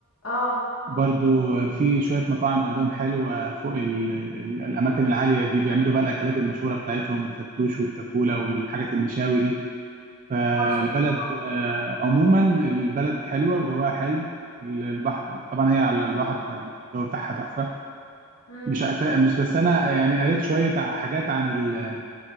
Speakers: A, on the left (about 70°); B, on the right (about 35°).
A: اه
B: برضو في شوية مطاعم عندهم حلوة فوق ال ال الأماكن العالية دي بيعملوا بقى الأكلات المشهورة بتاعتهم الفتوش والتبولة والحاجات المشاوي دي فالبلد
A: ما شاء الله
B: آه، عموما البلد حلوة وجواها حلو ال- البحر طبعا هي على البحر فالجو بتاعها تحفة
A: إمم.
B: مش أت- مش بس أنا يعني قريت شوية ع- حاجات عن ال